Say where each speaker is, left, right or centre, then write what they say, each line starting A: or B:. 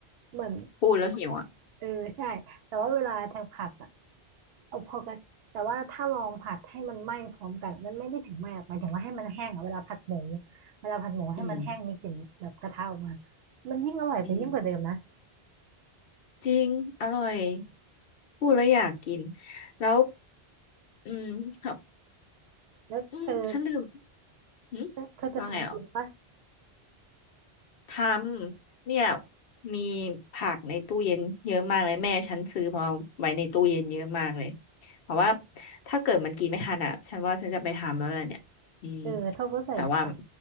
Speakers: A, on the right (about 75°); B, on the left (about 65°).
A: เหมือน
B: พูดแล้วหิวอ่ะ
A: เออใช่แต่ว่าเวลาทางผัดอ่ะเอาพอกระแต่ว่าถ้าลองผัดให้มันไหม้พร้อมกันมันไม่ได้ถึงไหม้หรอกหมายถึงว่าให้มันแห้งอ่ะเวลาผัดหมูเวลาผัดหมูให้มันแห้งมีกลิ่นแบบกระทะออกมา
B: อืม
A: มันยิ่งอร่อยไปยิ่งกว่าเดิมนะ
B: อืมจริงอร่อยพูดแล้วอยากกินแล้วอืมครับ
A: แล้วเธอ
B: อืมฉันลืมหืมว่าไงเหรอ
A: เธอเธอจะทำกินปะ
B: ทำเนี่ยมีผักในตู้เย็นเยอะมากเลยแม่ฉันซื้อมาไว้ในตู้เย็นเยอะมากเลยเพราะว่าถ้าเกิดมันกินไม่ทันอ่ะฉันว่าฉันจะไปทำแล้วแหละเนี่ยอืม
A: เออเธอก็ใส่ผัก
B: แต่ว่า